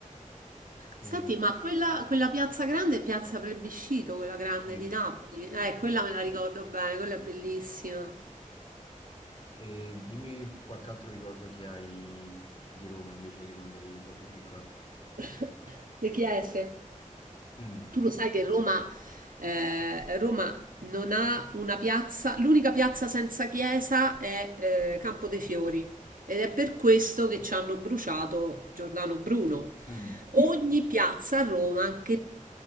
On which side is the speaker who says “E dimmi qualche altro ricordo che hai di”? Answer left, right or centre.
Left